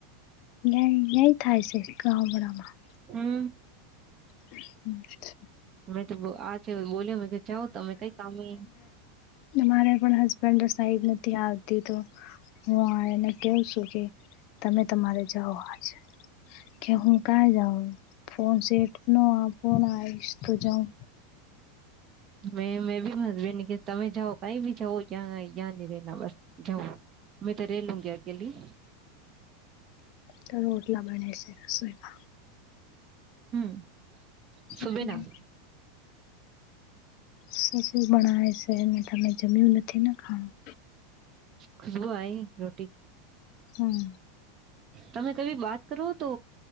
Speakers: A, on the left; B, on the right.
A: નય નય થાય છે ગામડામાં.
B: હમ.
A: <inaudible>
B: મેં તો આ છે બોલ્યો મે જાવ તમે કઈ કામ નહીં
A: અમારે પણ હસબન્ડ સાઈડ નથી આવતી તો હું એને કેવ છું કે તમે તમારે જાઓ આજે કે હું કં જાઉં ફોન સેટ ન ફોન આઇષ તો જાઉં.
B: મે મેં બી મસબન કે તમે જાવ કઈ બી જવ ત્યાં નહી રેના બસ જવું. મેં તો રે લું ગી અકેલી.
A: તો રોટલા બનાય છે રસોઈમાં.
B: હમ્મ, સુબે
A: રસોઈમાં
B: ના?
A: શું શું બનાવે છે એને તમે જમ્યું નથી ને ખાણું.
B: ખુશબુ આઈ રોટી કી.
A: હમ્મ.
B: તમે કબી વાત કરો તો